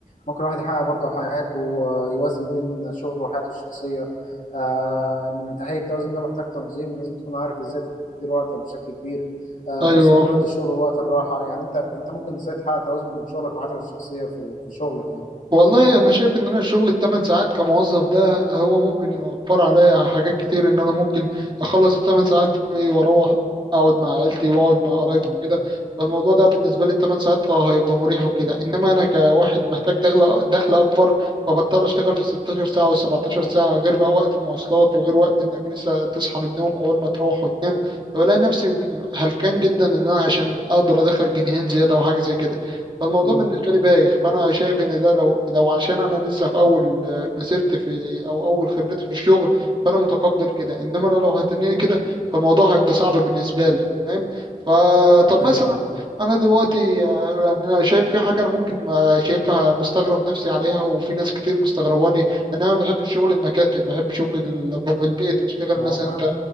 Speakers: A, on the left; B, on the right.
A: ممكن الواحد يحقق برضه حياته ويوازن بين شغله وحياته الشخصية آه، إن تحقيق التوازن ده محتاج تنظيم لازم تكون عارف إزاي تدير وقتك بشكل كبير آه،
B: ايوه
A: تفصل بين وقت الشغل ووقت الراحه يعني انت انت ممكن ازاي تحقق توازن بين شغلك وحياتك الشخصيه في في شغلك يعني
B: والله انا شايف ان انا الشغل الثمان ساعات كموظف ده هو ممكن يوفر عليا حاجات كتير ان انا ممكن اخلص الثمان ساعات بتوعي واروح اقعد مع عيلتي واقعد مع قرايبي
A: امم
B: وكده فالموضوع ده بالنسبه لي الثمان ساعات اه هيبقى مريح وكده انما انا كواحد محتاج دخل دخل اكبر فبضطر اشتغل بال 16 ساعه وال 17 ساعه غير بقى وقت المواصلات وغير وقت انك لسه تصحى من النوم اول ما تروح وتنام فبلاقي نفسي هلكان جدا ان انا عشان اقدر ادخل جنيهين زياده او حاجه زي كده فالموضوع
A: امم
B: بالنسبه لي بايخ فانا شايف ان ده لو لو عشان انا لسه في اول مسيرتي في او اول خبرتي في الشغل فانا متقبل كده انما انا لو هتنيني كده فالموضوع هيبقى صعب بالنسبه لي فاهم فطب
A: ايوه
B: مثلا
A: ايوه
B: انا دلوقتي آه، يعني انا شايف في حاجه انا ممكن آه، شايفها مستغرب نفسي عليها وفي ناس كتير مستغرباني ان انا ما بحبش شغل المكاتب بحب شغل ال- في البيت اشتغل
A: المواقع
B: مثلا انت